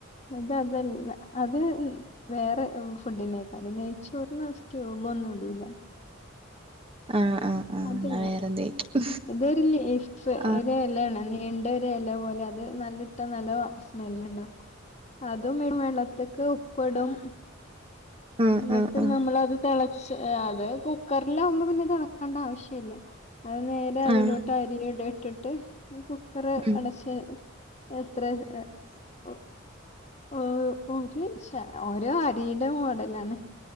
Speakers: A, on the left; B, on the right.
A: ഇത് അതല്ല. അത് മ് വേറെ ഏഹ് ഫുഡ്‌ഡിനേക്കാരം നെയ്ച്ചോറിന് സ്ക്യൂബൊന്നുടൂല.
B: ആഹ് ആഹ് ആഹ്
A: അതല്ല
B: എന്നാ വേറെന്തേക്കും
A: ഇതൊര് ലേ പ്പ്
B: ആഹ്
A: ഒര് എലേണ് നീണ്ട ഒരു എല പോലെ. അത് നല്ലിട്ട നല്ല വാ സ്മെല്ല്ണ്ടാവും. അതും <unintelligible> വെള്ളത്ത്ക്ക് ഉപ്പ്ടും.
B: ആഹ്
A: എന്നിട്ട്
B: ആഹ് ആഹ്
A: നമ്മളത് തളച്ച് അത് കുക്കറിലാകുമ്പോ പിന്നെ തളക്കണ്ട ആവശ്യല്യാ. അത് നേരെ അതിലോട്ട്
B: ആഹ്
A: അരിയുടെ ഇട്ടിട്ട് ഈ കുക്കറ്
B: ഉം
A: അടച്ച് എത്ര ത് ഓഹ് ഓഹ് ഒരു ശ ഓരോ അരിടെ മോഡലാണ്.